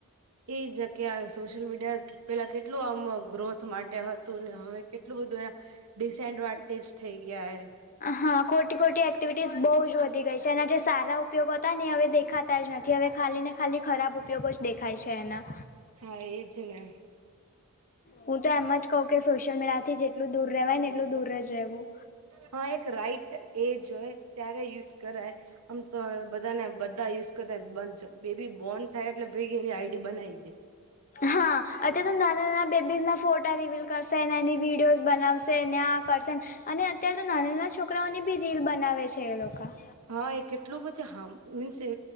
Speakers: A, on the right; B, on the left.
A: એ જ કે આ સોશિયલ મીડિયા પેલા કેટલું આમ ગ્રોથ માટે હતું ને હવે કેટલું બધું એના ડિસએડવાન્ટેજ થઈ ગયા એ
B: હા ખોટી ખોટી એક્ટિવિટીસ બહુ જ વધી ગઈ છે એના જે સારા ઉપયોગ હતા ને હવે દે ખાતા જ નથી હવે ખાલી ને ખાલી ખરાબ ઉપયોગો જ દેખાય છે એના
A: હા એજ ને
B: હું તો એમ જ કઉું કે સોશિયલ મીડિયા થી જેટલું દૂર રહેવાય ને એટલું દૂર જ રહેવું
A: હા એક રાઈટ એજ હોય ત્યારે યુઝ કરાય આમ તો બધાને યુઝ કરતા બેબી બોર્ન થાય એટલે ભી એની આઈડી બનાવી દે
B: હા અત્યારે તો નાના નાના બેબીઝના ફોટા રિવિલ કરશે અનેને એની વિડીયોઝ બનાવશે ને આ કરશેને અને અત્ય્યારે તો નાના નાના છોકરાઓની બી રીલ બનાવે છે એ લોકો
A: હા એ કેટલું બછી હા મીન્સ એ